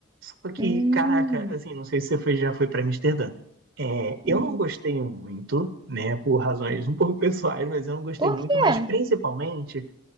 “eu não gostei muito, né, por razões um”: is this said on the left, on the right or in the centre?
Right